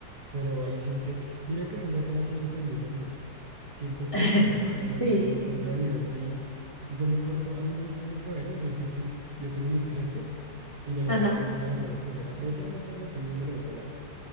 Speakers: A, on the right; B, on the left.
A: Pero hay gente, mira que el hombre acá siento que es muy vanidoso. Siento
B: <laughs>
A: que acá el hombre
B: Sí,
A: es bastante vanidoso y yo me corto, a mí me gusta mi cabello, yo soy churu, yo tengo mis crespos y me, lo-
B: ajá,
A: me gusta dejármelo crecer. Aprovechar mientras lo tengo, me lo dejo largo.